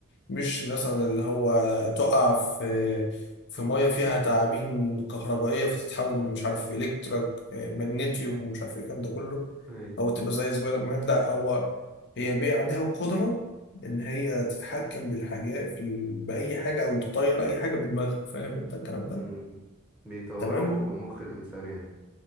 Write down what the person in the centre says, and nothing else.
مم.
أيوة
مم. بيطوروا
مخ الإنسان يعني